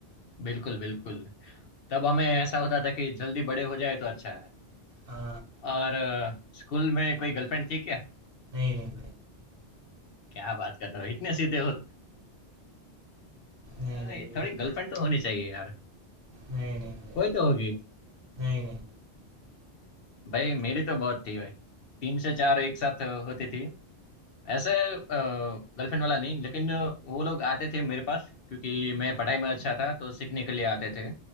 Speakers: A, on the left; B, on the right.
A: बिल्कुल बिल्कुल तब हमें ऐसा होता था कि जल्दी बड़े हो जाए तो अच्छा
B: हाँ
A: और अ, स्कूल में कोई गर्लफ्रेंड थी क्या
B: नहीं नहीं भाई
A: क्या बात कर रहे हो इतने सीधे हो अ,
B: नहीं नहीं
A: ये
B: बिल्कुल
A: थोड़ी गर्लफ्रेंड तो होनी चाहिए यार
B: नहीं नहीं नहीं भाई
A: कोई तो होगी
B: नहीं नहीं
A: भाई मेरी तो बहुत थी भाई तीन से चार एक साथ होती थी ऐसे गर्लफ्रेंड वाला नहीं लेकिन वो लोग आते थे मेरे पास क्योंकि मैं पढ़ाई में अच्छा था तो सीखने के लिए आते थे